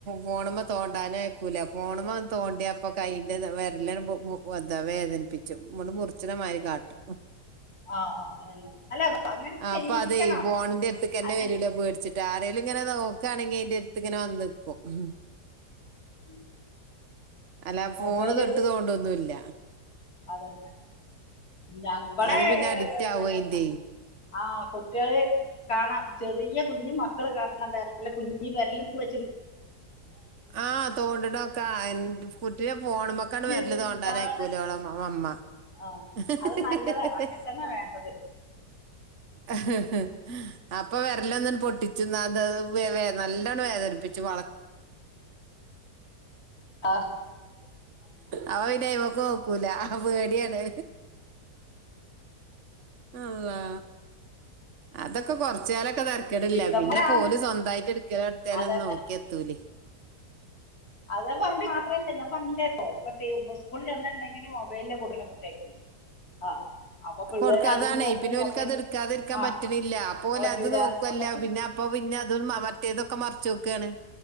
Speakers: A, on the right; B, on the left.
A: ഫോണുമ്പോ തോണ്ടാനും ആയിക്കൂല ഫോണ്പോ തോണ്ടിയപ്പ കയ്യിന്റെ വരലതവേ പ്പിച്ചു മുറച്നമാരി കാട്ടും.
B: ആ ആ, അതന്നെ അല്ല അപ്പൊ അങ്ങനെ
A: ആ
B: ചെയ്യിക്കണം
A: അപ്പൊ അത് ഫോണിന്റെ അടുത്തക്കന്നെ
B: അല്ലെങ്കിൽ
A: വരൂല പേടിച്ചിട്ട് ആര- ഇങ്ങനെ നോക്കുകയാണെങ്കിൽ അന്റെ അടുത്ത് ഇങ്ങനെ വന്നു നിക്കും മ്.
B: <unintelligible>
A: അല്ല
B: മൊബൈല്
A: ഫോണ് തൊട്ട് തോണ്ടൊന്നുല്ല.
B: അതെന്നെ നമ്പർ
A: അത് പിന്നെ അഡിക്റ്റ് ആവും അതിന്റെ
B: - ആ കുട്ടികള് കാണാം ചെറിയ കുഞ്ഞു മ- മക്കള് കാണണം വരല്ല കുഞ്ഞി വരലും വെച് -
A: ആഹ് തോണ്ടടൊക്കാ ആ കുട്ടിയെ- ഫോണ്മക്കാണ്ട് വെരല്
B: എന്താണ്
A: തോണ്ടാനയിക്കൂലോള മമ്മ
B: ആ
A: ഹ ഹ
B: അത് നല്ലതാണ് അങ്ങനെ തന്നെ വേണ്ടത്
A: ഹ ഹ ഹ അപ്പൊ വെരലൊന്നന് പൊട്ടിച്ച്ന്നാത് വേ വേ നല്ലോണം വേദനിപ്പിച്ചൂ <inaudible>
B: ആ
A: അപ്പോൾ പിന്നെ ഇവൾക്കനോക്കൂല പേട്യേണ്. അള്ളാ.. അതൊക്കെ കൊറച്ചാലൊക്കെ തെരക്കേടില്ല
B: ബിരുദന്മാരാ
A: പിന്നെപ്പോല് സ്വന്തായിട്ട് എടുക്കലടത്താലും
B: അതന്നെ
A: നോ ത്തൂലി
B: അത് പറഞ്ഞ് മാത്രല്ലേ ഞാൻ പറഞ്ഞില്ലേക്കോ ഇപ്പ സ്കൂള ചെന്ന്ണ്ടെങ്കിലൂ വെല്ല കൂടന കുട്ട്യേക്ക് ആ അപ്പൊ പിള്ളേര്
A: കൊടുക്കാതാണെ
B: അതും നോക്കും
A: പിന്നോല്ക്ക്
B: മൊബൈൽ
A: അത് എടുക്കാതെരിക്കാൻ
B: ആ
A: പറ്റണില്ല, അപ്പോലെത്
B: ആ, പറ്റൂല
A: നോക്കുവല്ല
B: നമുക്ക്
A: പിന്നെ അപ്പൊ പിന്നെ അതും മറ്റേതൊക്കെ മറച്ചോക്കാണ്